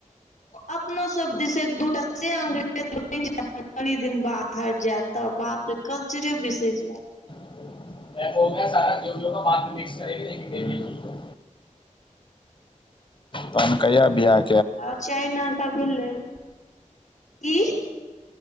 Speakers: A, on the left; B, on the left.
A: अपनो सब दीस एक दू टा से अंग्रेजी <unintelligible> कनी दिन बाहर जायत तऽ बापरे कल्चरे बिसरि जायत।
B: <unintelligible> तहन कहिया ब्याह
A: आओर चाइ नस्ता सब भेलै की?